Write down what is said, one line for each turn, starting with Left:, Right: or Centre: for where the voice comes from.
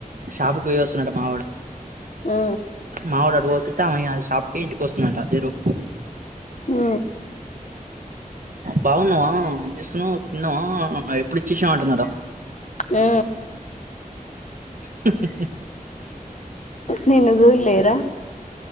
Right: షాపుకి పోయి వస్తున్నట మావాడు
Left: ఆ
Right: మావాడు అటు పోతు ఇమ సాపు ఇంటి కోస్తున్నా ఏ ర
Left: ఆ
Right: బాగున్నావా ఏం చేస్తున్నావు్ తిన్నావా ఎప్పుడు వచ్చేశావు అంటున్నారు
Left: ఆ
Right: <unintelligible>
Left: నిన్ను చూడలేదా